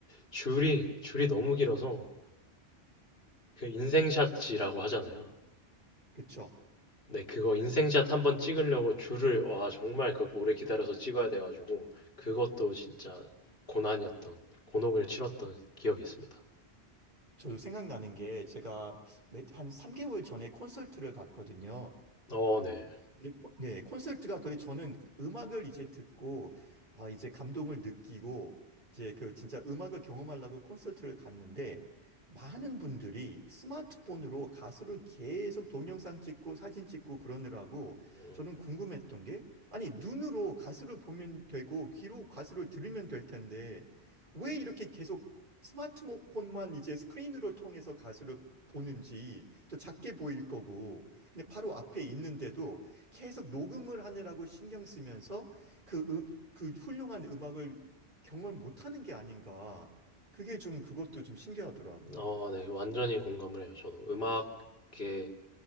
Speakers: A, on the left; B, on the right.
A: 줄이, 줄이 너무 길어서 그 인생샷이라고 하잖아요.
B: 그쵸.
A: 네, 그거 인생샷 한번 찍으려고 줄을, 와, 정말 그 오래 기다려서 찍어야 돼가지고 그것도 진짜 고난이었던, 곤혹을 치렀던 기억이 있습니다.
B: 저 생각나는 게 제가 몇- 한 3개월 전에 콘서트를 갔거든요.
A: 어, 네.
B: 근데 코- 네, 콘서트가 그래 저는 음악을 이제 듣고 아 이제 감동을 느끼고 이제 그 진짜 음악을 경험하려고 콘서트를 갔는데 많은 분들이 스마트폰으로 가수를 계속 동영상 찍고 사진 찍고 그러느라고
A: 음,
B: 저는 궁금했던 게 아니 눈으로 가수를 보면 되고 귀로 가수를 들으면 될 텐데 왜 이렇게 계속 스마트폰만 이제 스크린으로 통해서 가수를 보는지 또 작게 보일 거고 근데 바로 앞에 있는데도 계속 녹음을 하느라고 신경 쓰면서 그, 으- 그 훌륭한 음악을 경험을 못하는 게 아닌가. 그게 좀 그것도 좀 신기하더라고요.
A: 어, 네. 완전히 공감을 해요. 저도 음악의